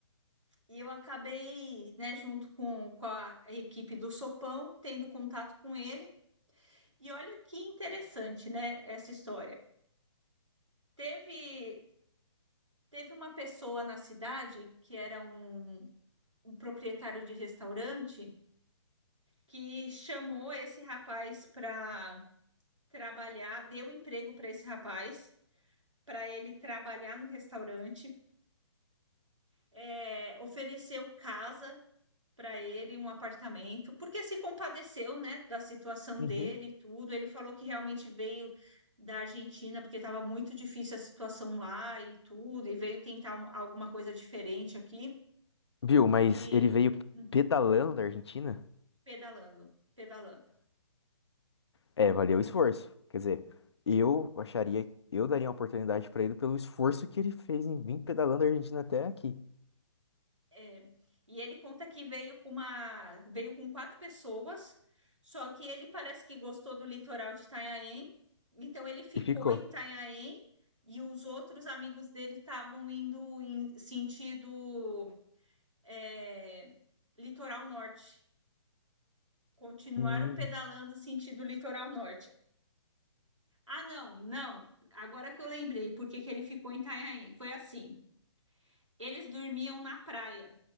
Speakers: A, on the right; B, on the left.
A: e eu acabei, né, junto com, com a equipe do Sopão, tendo contato com ele. E olha que interessante, né, essa história. Teve, teve uma pessoa na cidade que era um um proprietário de restaurante que chamou esse rapaz para trabalhar, deu emprego para esse rapaz, para ele trabalhar no restaurante, é, ofereceu casa para ele, um apartamento, porque se compadeceu, né, da situação
B: Uhum.
A: dele e tudo. Ele falou que realmente veio da Argentina porque estava muito difícil a situação lá e tudo, e veio tentar um- alguma coisa diferente aqui
B: Viu, mas
A: e
B: ele veio
A: Uhum.
B: pedalando da Argentina?
A: pedalando, pedalando.
B: é, valeu o esforço. Quer dizer, eu acharia, eu daria uma oportunidade pra ele pelo esforço que ele fez em vir pedalando da Argentina até aqui.
A: É, e ele conta que veio com uma, veio com quatro pessoas, só que ele parece que gostou do litoral de Itanhaém, então ele ficou
B: E ficou.
A: em Itanhaém e os outros amigos dele estavam indo em sentido é, litoral norte, continuaram
B: Hum.
A: pedalando sentido litoral norte. Ah, não, não. Agora que eu lembrei por que que ele ficou em Itanhaém, foi assim. Eles dormiam na praia.